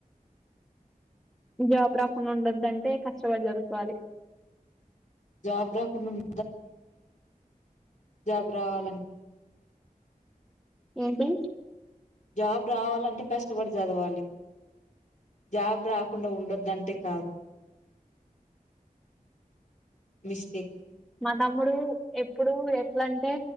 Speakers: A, in the centre; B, on the left (about 60°).
A: జాబ్ రాకుండా ఉండోదంటే కష్టపడి చదువుకోవాలి
B: జాబ్ రాకుండా ఉన్ జాబ్ రావాలంటే
A: ఏంటి
B: జాబ్ రావాలంటే కష్టపడి చదవాలి జాబ్ రాకుండా ఉండొదంటే కాదు మిస్టేక్
A: మా తమ్ముడు ఎప్పుడు ఎట్లంటే